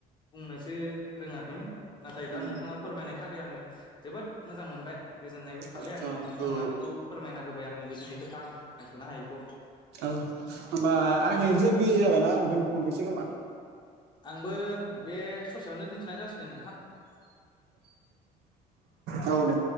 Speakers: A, on the left (about 25°); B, on the right (about 75°).
A: बुंनोसो रोङाखैमोन, नाथाय दा
B: उम
A: नोंथाङा फोरमायनायनि थाखाय आङो जोबोद मोजां मोनबाय गोजोननायबो थाबाय
B: आतसा
A: आं नोंथाङा
B: औ
A: बेखौ फोरमायना होबाय आंनि गोसोनि खोथा आं फोरमायस'नो हायैखौ
B: औ होमबा आं एसे बिजि जाबायना खनबेसे गोमा
A: आंबो बे ससेयावनो दोनथ'नाय जासिगोन नोंथां
B: <inaudible> औ दे